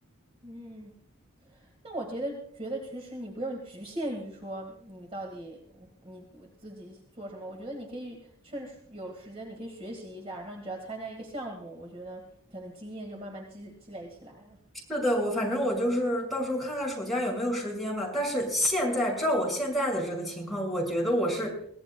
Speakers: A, on the right; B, in the centre.
A: 嗯，那我觉得，觉得其实你不用局限于说你到底你我自己做什么，我觉得你可以趁时有时间，你可以学习一下，然后你只要参加一个项目，我觉得可能经验就慢慢积积累起来了。
B: 是的，我反正我就是到时候看看暑假有没有时间吧。但是现在照我现在的这个情况，我觉得我是